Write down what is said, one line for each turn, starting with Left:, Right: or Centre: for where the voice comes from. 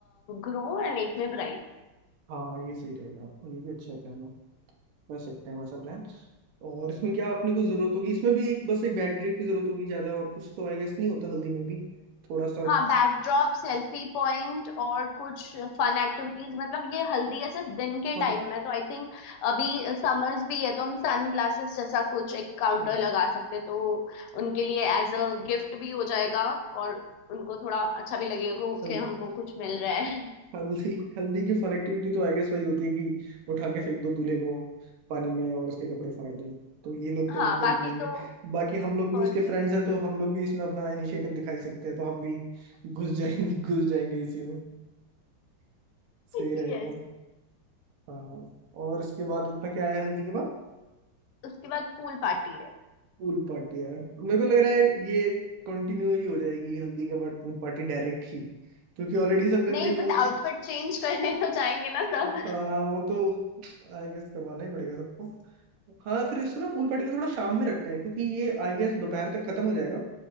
Left: ग्रूम एंड एक में ब्राइड
Right: हाँ ये सही रहेगा ये भी अच्छा प्लान है कर सकते हैं वैसा प्लान और इसमें क्या आपने कुछ जरूरत होगी इसमें भी एक बस एक बैक ड्रिप की जरूरत होगी ज्यादा और कुछ तो आई गेस नहीं होता हल्दी में भी थोड़ा सा
Left: हाँ बैकड्रॉप सेल्फी पॉइंट और कुछ फन एक्टिविटीज मतलब ये हल्दी ऐसे दिन के टाइम
Right: हाँ
Left: में तो आई थिंक अभी समर्स भी है तो हम सन ग्लासेस जैसा कुछ एक काउंटर
Right: हाँ,
Left: लगा सकते हैं, तो उनके लिए एज अ गिफ्ट भी हो जाएगा और उनको थोड़ा अच्छा भी लगेगा ओके
Right: हल्दी
Left: हमको कुछ मिल रहा है
Right: हल्दी हल्दी की फन एक्टिविटी तो आई गेस वही होती है कि उठा के फेंक दो दूल्हे को पानी में और उसके कपड़े फाड़ दो तो ये लोग
Left: हाँ
Right: तो वो कर
Left: बाकी
Right: ही लेंगे
Left: तो
Right: बाकी हम लोग
Left: परफेक्ट
Right: भी उसके फ्रेंड्स हैं तो हम लोग भी इसमें अपना इनिशिएटिव दिखाई सकते हैं तो हम भी घुस जाएंगे <laughs> घुस जाएंगे इसी में सही
Left: यस
Right: रहेगा हाँ और इसके बाद अपना क्या आया हल्दी के बाद
Left: <laughs> उसके बाद पूल पार्टी है
Right: पूल पार्टी यार मेरे को लग रहा है ये कंटिन्यू ही हो जाएगी हल्दी के बाद पूल पार्टी डायरेक्ट ही क्योंकि ऑलरेडी सब
Left: नहीं
Right: गंदे ही होंगे
Left: बट आउटफिट चेंज करने तो जाएंगे ना सब
Right: हाँ वो तो आई गेस करवाना ही पड़ेगा सबको हाँ फिर इसको ना पूल पार्टी को थोड़ा शाम में रखते हैं क्योंकि ये आई गेस दोपहर तक खत्म हो जाएगा